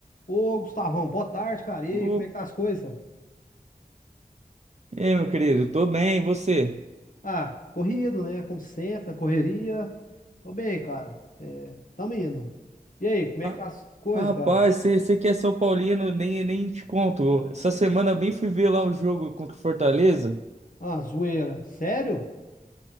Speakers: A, on the left; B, on the right.
A: Ô, Gustavão, boa tarde, cara. E
B: Ô,
A: aí, como é que tá as coisas?
B: Ei, meu querido, tô bem, e você?
A: Ah, corrido, né? Como sempre, na correria. Tô bem, cara. É, tamo indo. E aí, como
B: Ah,
A: é que tá as coisas,
B: rapaz,
A: cara?
B: você que é São Paulino, nem, nem te conto. Essa semana bem fui ver lá o jogo contra o Fortaleza.
A: Ah, zoeira. Sério?